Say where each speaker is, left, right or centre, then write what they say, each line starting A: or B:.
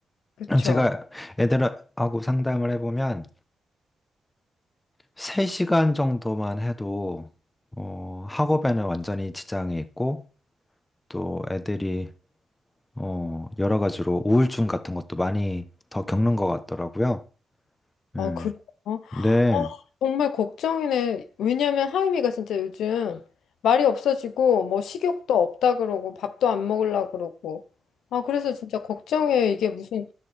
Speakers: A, on the left (about 85°); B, on the left (about 20°).
A: 그쵸?
B: 제가 애들하고 상담을 해보면 3시간 정도만 해도 어, 학업에는 완전히 지장이 있고 또 애들이 어, 여러 가지로 우울증 같은 것도 많이 더 겪는 것 같더라고요. 음,
A: 아, 그래요? 어,
B: 네, 네,
A: 정말 걱정이네. 왜냐면 하임이가 진짜 요즘 말이 없어지고 뭐 식욕도 없다 그러고 밥도 안 먹으려고 그러고. 아, 그래서 진짜 걱정이에요. 이게 무슨